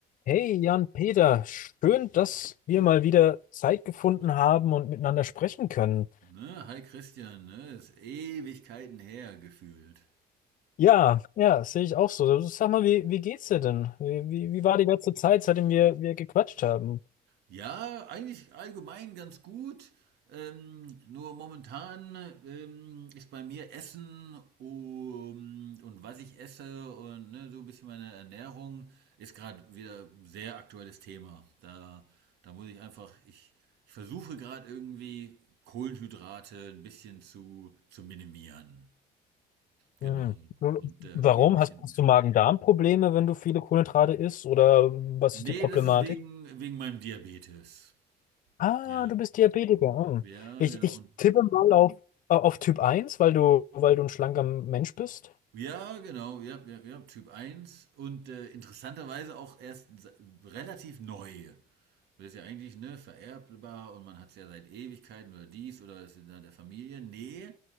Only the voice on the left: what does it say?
Hey Jan-Peter, schön, dass wir mal wieder Zeit gefunden haben und miteinander sprechen können.
Ja, ja, das sehe ich auch so. Also, Sag mal, wie, wie geht's dir denn? Wie, wie, wie war die letzte Zeit, seitdem wir, wir gequatscht haben?
Hm.
Warum?
Hast, hast
du Magen-Darm-Probleme, wenn du viele Kohlenhydrate isst? Oder was
ist die Problematik?
Ah,
du bist Diabetiker. Hm.
Ich,
ich
tippe mal auf, auf Typ eins, weil du, weil du ein schlanker Mensch bist.